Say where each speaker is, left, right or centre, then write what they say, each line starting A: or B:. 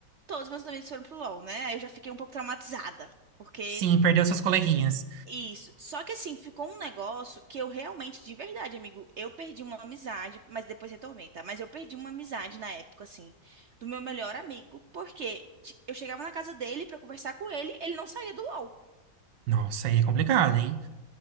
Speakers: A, on the right (about 60°); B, on the right (about 80°).
A: todos meus amigos foram pro LoL, né? Aí eu já fiquei um pouco traumatizada, porque
B: Sim, perdeu seus coleguinhas.
A: isso. Só que assim, ficou um negócio que eu realmente, de verdade, amigo, eu perdi uma amizade, mas depois retornei, tá? Mas eu perdi uma amizade na época, assim, do meu melhor amigo, porque ti- eu chegava na casa dele pra conversar com ele, ele não saía do LoL.
B: Nossa, aí é complicado, hein?